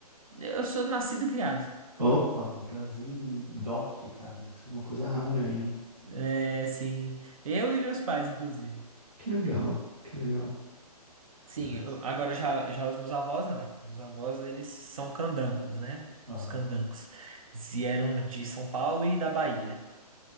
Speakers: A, on the right (about 60°); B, on the right (about 75°).
A: Eu sou nascido e criado.
B: Opa, Brasil Doc, cara. Isso é uma coisa rara, hein?
A: É, sim. Eu e meus pais, inclusive.
B: Que legal, que legal.
A: Sim,
B: Brasil.
A: eu- agora já, já os meus avós, não. Os avós, eles são candangos, né?
B: Aham,
A: Os candangos. Eles vieram de São Paulo e da Bahia